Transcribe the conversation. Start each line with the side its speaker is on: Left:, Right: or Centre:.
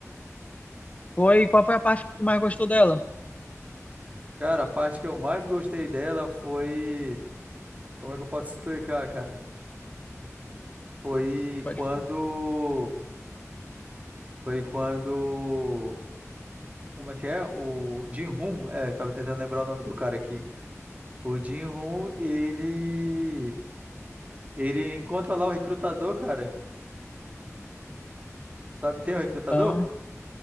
Left: Foi, qual foi a parte que tu mais gostou dela?
Right: Cara, a parte que eu mais gostei dela foi. Como é que eu posso explicar, cara? Foi
Left: Pode...
Right: quando.
Left: falar.
Right: Foi quando. Como é que é? O Jin-Hoon. É, eu tava tentando lembrar o nome do cara aqui. O Jin-Hoon, ele. Ele encontra lá o recrutador, cara. Sabe, tem um recrutador?
Left: Ah.